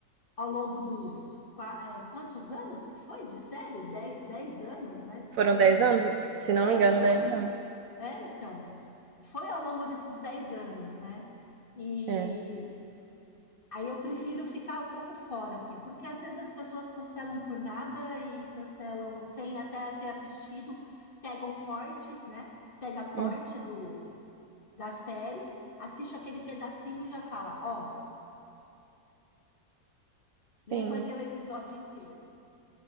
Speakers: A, on the left (about 35°); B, on the right (about 65°).
A: ao longo dos qua- é, quantos anos que foi de série? Dez, dez anos, né? De série,
B: Foram 10
A: não.
B: anos? Se se não
A: Dez
B: me engano,
A: anos.
B: dez anos.
A: É, então. Foi ao longo desses dez anos, né? E
B: É.
A: aí eu prefiro ficar um pouco fora, assim, porque às vezes as pessoas cancelam por nada e cancelam sem até ter assistido, pegam cortes, né? Pega corte
B: Uhum,
A: do, da série, assiste aquele pedacinho e já fala, ó,
B: Sim,
A: nem foi ver o episódio inteiro,